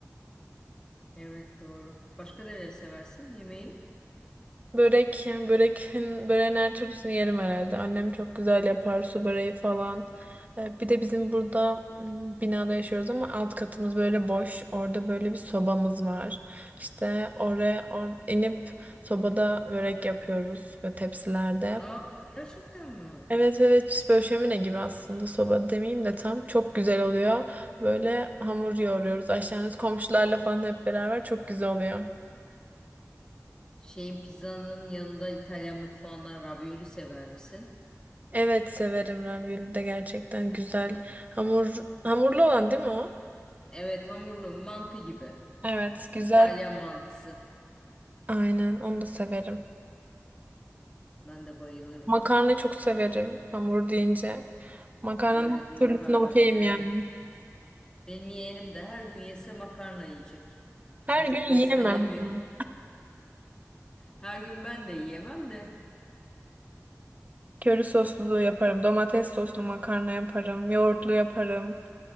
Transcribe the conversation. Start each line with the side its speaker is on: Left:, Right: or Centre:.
Left: Evet, doğru. Başka neleri seversin yemeği?
Right: Börek, yani börekin, böreğin her türlüsünü yerim herhalde. Annem çok güzel yapar, su böreği falan. Ee, Bir de bizim burada m, binada yaşıyoruz ama alt katımız böyle boş. Orada böyle bir sobamız var. İşte oraya or inip sobada börek yapıyoruz ve tepsilerde.
Left: Aa, gerçekten mi?
Right: Evet evet işte böyle şömine gibi aslında soba demeyeyim de tam çok güzel oluyor. Böyle hamur yoğuruyoruz aşağınız komşularla falan hep beraber çok güzel oluyor.
Left: Şeyin pizzanın yanında İtalyan mutfağından ravioli sever misin?
Right: Evet severim ravioli de gerçekten güzel. Hamur hamurlu olan değil mi o?
Left: Evet, hamurlu mantı gibi.
Right: Evet güzel.
Left: İtalyan mantısı.
Right: Aynen onu da severim.
Left: Ben de bayılırım.
Right: Makarna çok severim hamur deyince. Makarnanın
Left: Evet,
Right: her
Left: makarna.
Right: türlüsüne okeyim
Left: Evet.
Right: yani.
Left: Benim yeğenim de her gün yese makarna yiyecek.
Right: Her
Left: Çocuk
Right: gün
Left: beslenemiyor.
Right: yiyemem. yani.
Left: Her gün ben de yiyemem de.
Right: Köri soslu yaparım. Domates soslu makarna yaparım. Yoğurtlu yaparım.